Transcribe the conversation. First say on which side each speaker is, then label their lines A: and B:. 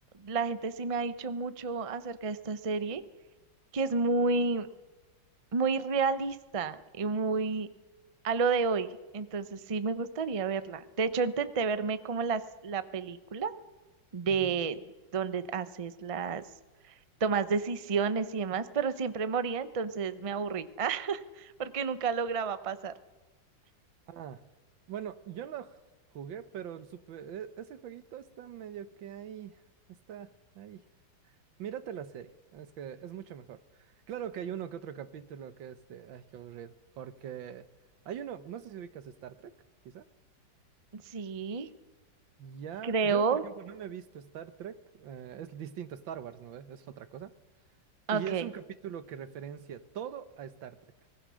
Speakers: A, on the right; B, on the right.
A: la gente sí me ha dicho mucho acerca de esta serie, que es muy, muy realista y muy a lo de hoy. Entonces sí me gustaría verla. De hecho, intenté verme como las, la película de
B: Ujú.
A: donde haces las tomas decisiones y demás, pero siempre moría, entonces me aburrí, <laughs> porque nunca lograba pasar.
B: Ah, bueno, yo lo jugué, pero el super, e- ese jueguito está medio que ahí, está ahí. Mírate la serie, es que es mucho mejor. Claro que hay uno que otro capítulo que es de, ay, qué aburrido, porque hay uno, no sé si ubicas Star Trek, quizá.
A: Sí,
B: Ya,
A: creo,
B: yo por ejemplo no me he visto Star Trek, eh, es distinto a Star Wars, ¿no ve? Es otra cosa.
A: ok,
B: Y es un capítulo que referencia todo a Star Trek.